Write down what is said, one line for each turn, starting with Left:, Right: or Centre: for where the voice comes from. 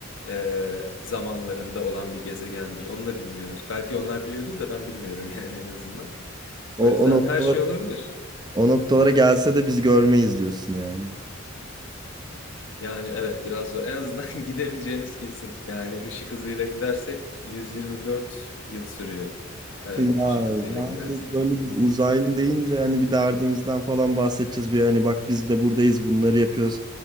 Left: e, zamanlarında olan bir gezegendir. Onu da bilmiyoruz. Belki onlar biliyordur da ben bilmiyorum <laughs> yani en azından.
Right: O,
Left: O yüzden
Right: o noktalara,
Left: her şey olabilir.
Right: o noktalara gelse de biz görmeyiz diyorsun yani.
Left: Yani evet biraz zor. En azından <laughs> gidemeyeceğimiz kesin. Yani ışık hızıyla gidersek 124 yıl sürüyor. Evet,
Right: Ya
Left: ışık hızıyla
Right: ben
Left: gidersek.
Right: de böyle uzaylı deyince hani bir derdimizden falan bahsedeceğiz bir hani bak biz de buradayız bunları yapıyoruz.